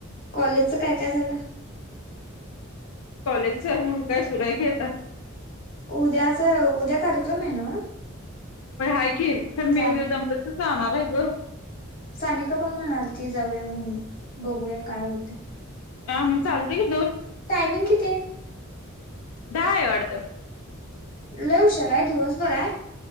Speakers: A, on the left; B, on the left.
A: कॉलेजच काय काय झालं
B: कॉलेजच काय सुरय घेता
A: उद्याच उद्या कार्यक्रम आहे ना
B: प आहेय की तर
A: जाण
B: मी दमत जाणार आहे ग
A: सानिका पण म्हणाल ती जाऊया म्हणून बघूया काय होते
B: ह मग चालते क
A: टायमिंग किती
B: दहा आहे वाटत
A: लव शरय दिवसभरय